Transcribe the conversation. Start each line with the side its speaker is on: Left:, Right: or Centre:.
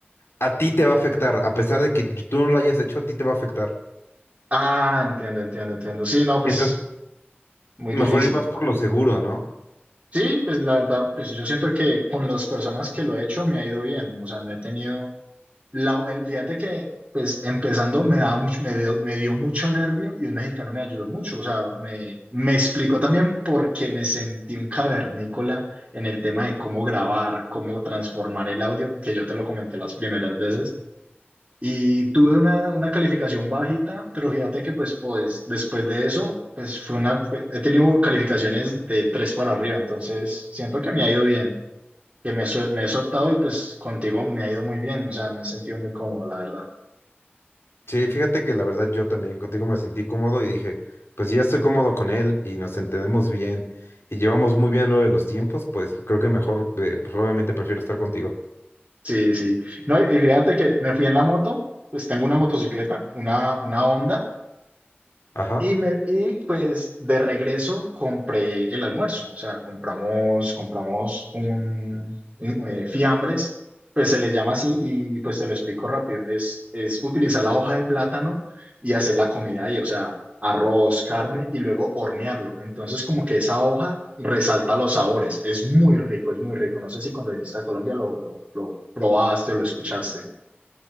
Left: a ti te va a afectar, a pesar de que tú no lo hayas hecho, a ti te va a afectar.
Right: Ah, entiendo, entiendo, entiendo. Sí, no, pues,
Left: Entonces,
Right: muy
Left: mejor
Right: difícil.
Left: ir más por lo seguro, ¿no?
Right: Sí, pues la verdad, pues yo siento que con las personas que lo he hecho me ha ido bien. O sea, no he tenido La, el- fíjate que, pues, empezando me daba mucho, me dio, me dio mucho nervio y un mexicano me ayudó mucho. O sea, me, me explicó también por qué me sentí un cavernícola en el tema de cómo grabar, cómo transformar el audio, que yo te lo comenté las primeras veces. Y tuve una, una calificación bajita, pero fíjate que, pues, pues, después de eso, pues, fue una, fue- he tenido calificaciones de tres para arriba. Entonces, siento que me ha ido bien que me, suel- me he soltado y pues contigo me ha ido muy bien, o sea, me he sentido muy cómodo, la verdad.
Left: Sí, fíjate que la verdad yo también contigo me sentí cómodo y dije, pues si ya estoy cómodo con él y nos entendemos bien y llevamos muy bien lo de los tiempos, pues creo que mejor, eh, pues obviamente prefiero estar contigo.
Right: Sí, sí. No, y y fíjate que me fui en la moto, pues tengo una motocicleta, una, una Honda,
Left: Ajá.
Right: Y, me, y pues de regreso compré el almuerzo, o sea, compramos, compramos un, un, eh, fiambres, pues se les llama así y pues te lo explico rápido, es, es utilizar la hoja de plátano y hacer la comida ahí, o sea, arroz, carne y luego hornearlo. Entonces como que esa hoja resalta los sabores, es muy rico, es muy rico. No sé si cuando viniste a Colombia lo, lo, lo probaste o lo escuchaste,